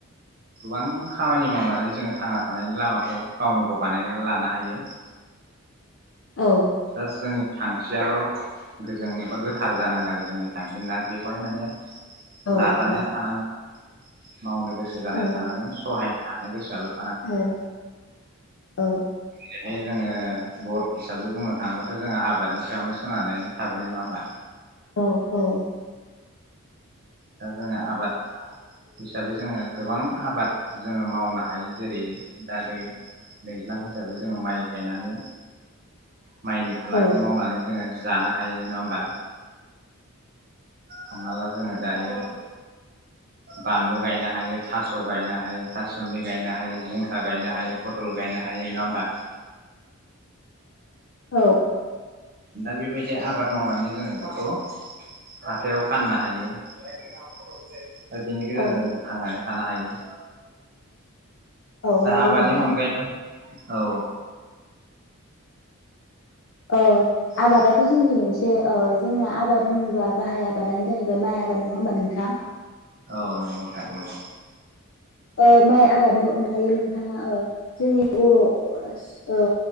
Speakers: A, on the right; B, on the left.
A: गोबां खामानि मावनानै जोङो थांना थानायनि लामाखौ गावनो गाव बानायनानै लानो हायो।
B: औ
A: लास्ट जोंनि थांखियाल गोजों एबा गोथार जानांगोन आरो जोंनि थांखि आ बेवहाय माने
B: औ
A: नाजानाया
B: औ
A: थानांगोन मावनो गोसो जानाय
B: औ
A: थानांगोन सहाय थानो गोसो जाला
B: औ औ
A: बेहाय जोङो बर हिसाबै बुंनो थाङोबाथ जोंहा आबादनि सायावनो सोनानै थाबोनाय नङा होमबा
B: औ औ
A: दा जोङो आबाद हिसाबै जोङो गोबां आबाद जोङो मावनो हायो जेरै दा दै दैज्लां हिसाबै जोङो माइ गायनानै माइनि फालांगि
B: औ
A: मावनानै जोङो जानो हायो नङा होमबा हमना ला जोङो दायो बानलु गायनो हायो थास गायनो हायो हायो थासुमलि गायनो हायो जिंखा गायनो हायो फटल गायनो हायो नङा होमबा
B: औ
A: दा बेबायदि आबाद मावनानै जोङो बेखौ हाथाययाव फाननो हायो आरो बेनि गेजेरजों
B: औ
A: जों थांनानै थानो हायो
B: औ
A: दा
B: नंगौ
A: आबादनि
B: नोंथां
A: अनगायै औ
B: ओ आबादाथ जोंनि मोनसे ओ जोंना आबाद होनोबा गाहाय आबादानो जाहैबाय माइ आबाद नङा होमबा नोंथां
A: औ नंगौ नोंथां नंगौ
B: ओ माइ आबादनि अनगायै नों बिथाङा जोंनि बर ओ